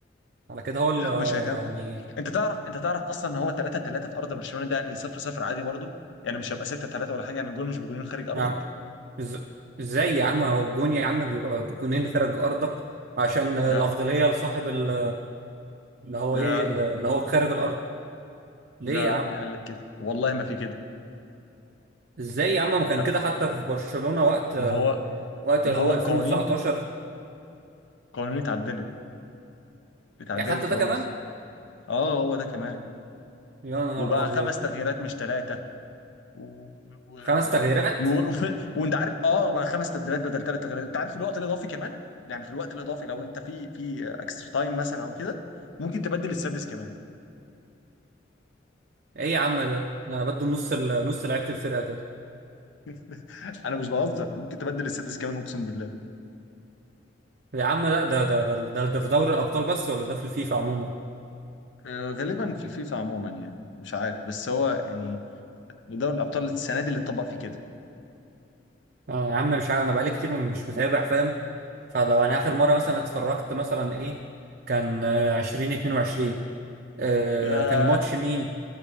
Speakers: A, on the right (about 50°); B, on the left (about 80°).
A: على كده هو ال-
B: لا مش هيتعمل
A: يعني
B: انت تعرف انت تعرف اصلا ان هو 3 3 في ارض برشلونه ده يعني 0 0 عادي برضه يعني مش هيبقى 6 3 ولا حاجه يعني الجول مش بجولين خارج ارضك
A: يعني إز- ازاي يا عم هو الجون يا عم بيبقى بجونين خارج ارضك عشان الافضليه
B: لا
A: لصاحب ال- اللي هو
B: لا
A: ايه اللي هو خارج الارض ليه
B: لا
A: يا عم
B: مين قال لك كده والله ما في كده
A: ازاي يا عم ما كان
B: لا
A: كده حتى في برشلونة وقت
B: ما هو
A: وقت
B: ما
A: اللي
B: هو
A: هو
B: القوانين
A: 2019
B: قوانين اتعدلت اتعدلت
A: إيه حتى
B: خلاص
A: ده كمان
B: اه هو ده كمان
A: يا نهار
B: وبقى
A: ابيض
B: خمس تغييرات مش ثلاثه و... و...
A: خمس تغييرات
B: و... وف... وانت عارف اه بقى خمس تبديلات بدل ثلاث تغييرات انت عارف الوقت الاضافي كمان يعني في الوقت الاضافي لو انت في في اكسترا تايم مثلا او كده ممكن تبدل السادس كمان
A: ايه يا عم ده ده انا بدو نص ال- نص لعيبه الفرقه كده
B: <laughs> انا مش بهزر ممكن تبدل السادس كمان اقسم بالله
A: يا عم لا ده ده ده ده, ده في دوري الابطال بس ولا ده في الفيفا عموما
B: آه، غالبا في الفيفا عموما يعني مش عارف بس هو يعني دوري الابطال السنه دي اللي اتطبق فيه كده
A: آه يا عم مش عارف انا بقالي كتير مش متابع فاهم فلو انا اخر مره مثلا اتفرجت مثلا ايه كان آه، 2022 آه
B: ياه
A: كان ماتش مين